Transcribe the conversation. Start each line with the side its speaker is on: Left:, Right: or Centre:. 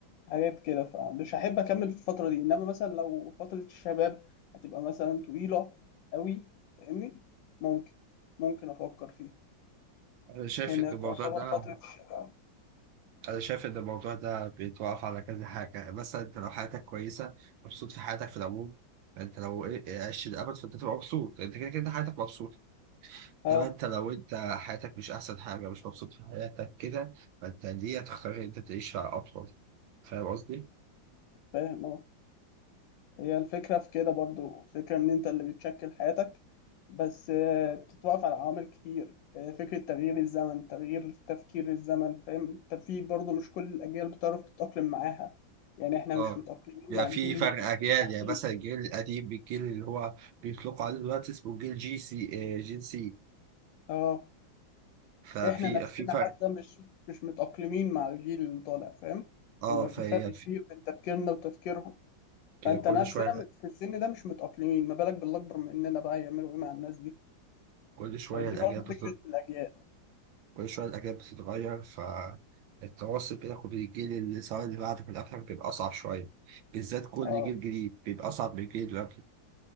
Left: حاجات كده فمش هحب اكمل في الفتره دي انما مثلا لو فتره الشباب هتبقى مثلا طويله قوي فاهمني ممكن ممكن افكر فيها
Right: أنا شايف
Left: لان
Right: إن الموضوع
Left: تعتبر
Right: ده
Left: فتره الشباب
Right: أنا شايف إن الموضوع ده بيتوقف على كذا حاجة مثلا أنت لو حياتك كويسة مبسوط في حياتك في العموم يعني أنت لو إيه- إيه، عشت الأبد فأنت تبقى مبسوط يعني أنت كده كده حياتك مبسوطة
Left: اه
Right: إنما أنت لو أنت حياتك مش أحسن حاجة مش مبسوط في حياتك كده فأنت دي هتختار إن أنت تعيشها أطول فاهم قصدي؟
Left: فاهم اه هي الفكرة في كده برضو فكرة إن أنت اللي بتشكل حياتك بس آه، بتتوقف على عوامل كتير آه، فكرة تغيير الزمن تغيير تفكير الزمن فاهم أنت في برضو مش كل الأجيال بتعرف تتأقلم معاها يعني إحنا
Right: أه
Left: مش متأقلمين
Right: يعني
Left: مع
Right: في
Left: الجيل
Right: فرق
Left: ال-
Right: أجيال
Left: اللي تحتينا
Right: يعني مثلا الجيل القديم بالجيل اللي هو بيطلقوا عليه دلوقتي اسمه جيل جي سي إيه، جين سي
Left: أه
Right: ففي
Left: إحنا نفسنا
Right: في فرق
Left: حتى مش مش متأقلمين مع الجيل اللي طالع فاهم
Right: أه
Left: هيبقى
Right: فهي
Left: في فرق
Right: في-
Left: كبير بين تفكيرنا وتفكيرهم فأنت
Right: كل
Left: نفسنا
Right: شوية
Left: مت- في السن ده مش متأقلمين ما بالك بالأكبر مننا بقى يعملوا إيه مع الناس دي
Right: كل شوية
Left: فدي
Right: الأجيال
Left: برضو
Right: بتطلع
Left: فكرة الأجيال
Right: كل شوية الأجيال بتتغير فالتواصل بينك وبين الجيل اللي سواء اللي بعدك واللي قبلك بيبقى أصعب شوية بالذات كل
Left: اه
Right: جيل جديد بيبقى أصعب من الجيل اللي قبله